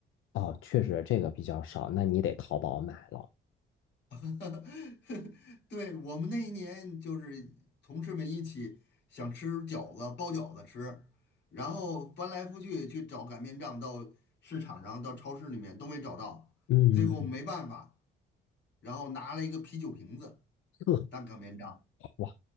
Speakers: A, on the left (about 85°); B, on the left (about 60°).
A: 哦，确实这个比较少，那你得淘宝买了。
B: <laughs> 对，我们那一年就是同事们一起想吃饺子，包饺子吃，然后翻来覆去去找擀面杖，到市场上、到超市里面都没找到，
A: 嗯，
B: 最后没办法，然后拿了一个啤酒瓶子
A: 呵，
B: 当擀面杖。
A: 哇，